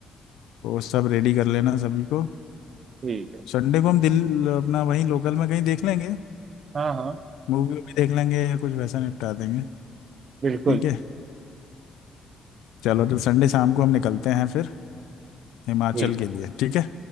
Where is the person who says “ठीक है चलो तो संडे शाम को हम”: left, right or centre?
Left